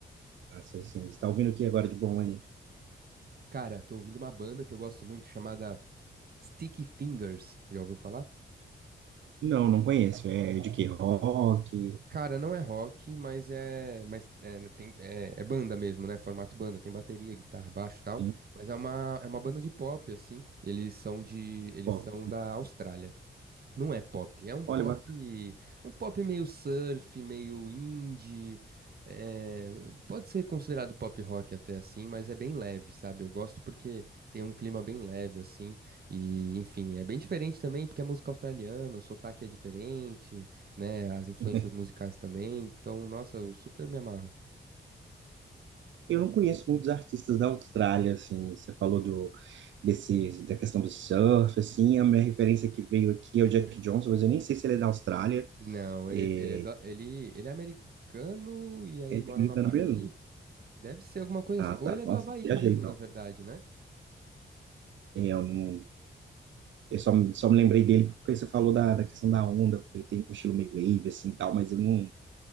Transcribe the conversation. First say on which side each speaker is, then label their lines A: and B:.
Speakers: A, on the right (about 85°); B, on the right (about 55°).
A: Ah, sei sim, você tá ouvindo o que agora de bom aí?
B: Cara, tô ouvindo uma banda que eu gosto muito chamada Sticky Fingers. Já ouviu falar?
A: Não, não conheço, é de que rock,
B: Cara, não é rock, mas é, mas é, né, tem, é, é banda mesmo, né? Formato banda, tem bateria, guitarra, baixo, e tal.
A: enfim,
B: Mas é uma, é uma banda de pop assim. Eles são de, eles
A: pô,
B: são da Austrália. Não é pop, é um pop,
A: olha, bacana.
B: um pop meio surf, meio indie, é, pode ser considerado pop rock até assim, mas é bem leve, sabe? Eu gosto porque tem um clima bem leve assim, e enfim, é bem diferente também porque é música australiana, o sotaque é diferente, né? As influências
A: <laughs>
B: musicais também, então, nossa, eu super me amarro.
A: Eu não conheço muitos artistas da Austrália, assim, você falou do, desse, da questão do surf, assim, a minha referência que veio aqui é o Jack Johnson, mas eu nem sei se ele é da Austrália,
B: Não, ele,
A: é,
B: ele é, do- ele, ele é americano e aí
A: ele
B: mora
A: é americano
B: no Havaí,
A: mesmo?
B: deve ser alguma coisa
A: Ah,
B: assim, ou
A: tá,
B: ele é
A: nossa,
B: do Havaí
A: viajei,
B: mesmo,
A: então,
B: na verdade, né?
A: É, eu não... Eu só, me- só me lembrei dele porque você falou da, da questão da onda, porque ele tem um estilo meio wave, assim, tal, mas eu não,